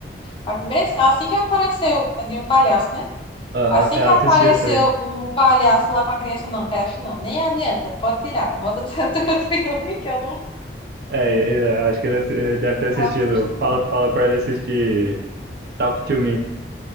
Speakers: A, on the left; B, on the right.
A: a primeira, assim que apareceu é de um palhaço, né?
B: aham.
A: Assim
B: É, eu
A: que apareceu
B: assisti essa aí.
A: o palhaço lá com a criança, não, quero assistir, não. Nem adianta, pode tirar. Bota <laughs> o teu filme que eu não
B: É, é, é, acho que ele, assi- ele deve ter assistido.
A: assisto, não.
B: Fala, fala pra ele assistir Talk to Me.